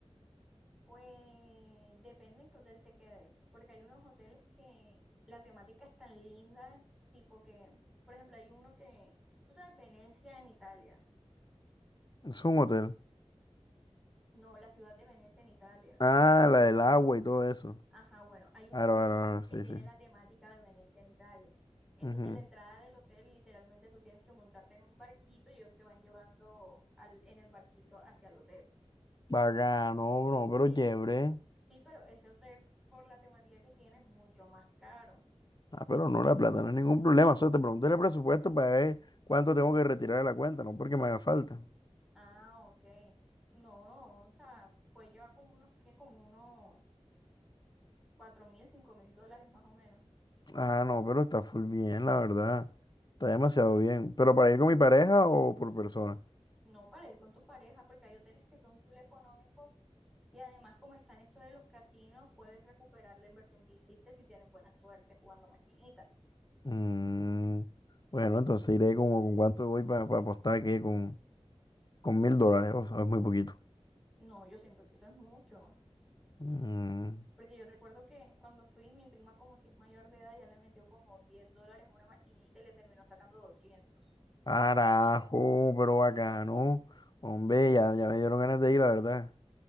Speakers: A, in the centre; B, on the left.
A: Pues depende en qué hotel te quedes, porque hay unos hoteles que la temática es tan linda, tipo que, por ejemplo, hay uno que, tú sabes, Venecia en Italia,
B: Es un hotel.
A: no, la ciudad de Venecia en Italia.
B: Ah, la del agua y todo eso.
A: Ajá, bueno, hay un
B: Claro,
A: hotel
B: claro, claro, sí,
A: que tiene
B: sí.
A: la temática de Venecia en Italia. Entonces,
B: Ujú.
A: la entrada del hotel, literalmente tú tienes que montarte en un barquito y ellos te van llevando al- en el barquito hacia el hotel.
B: Bacano, bro, pero
A: Sí,
B: chévere.
A: sí, pero ese hotel, por la temática que tiene, es mucho más caro.
B: Ah, pero no, la plata no es ningún problema. O sea, te pregunté el presupuesto para ver cuánto tengo que retirar de la cuenta, no porque me haga falta.
A: Ah, ok. No, o sea, pues lleva como unos, ¿qué? Como unos cuatro mil, cinco mil dólares más o menos.
B: Ah, no, pero está full bien, la verdad. Está demasiado bien. ¿Pero para ir con mi pareja o por persona?
A: No para ir con tu pareja, porque hay hoteles que son full económicos Y además, como está en esto de los casinos, puedes recuperar la inversión que hiciste si tienes buena suerte jugando maquinita.
B: Mm, bueno, entonces iré como con cuánto voy para apostar, ¿qué? Con... Con mil dólares, o sea, es muy poquito.
A: No, yo siento que eso es mucho.
B: Mm,
A: Porque yo recuerdo que cuando fui, mi prima, como si es mayor de edad, ya le metió como 10 dólares a una maquinita y le terminó sacando 200.
B: carajo, pero bacano. Hombre, ya, ya me dieron ganas de ir, la verdad.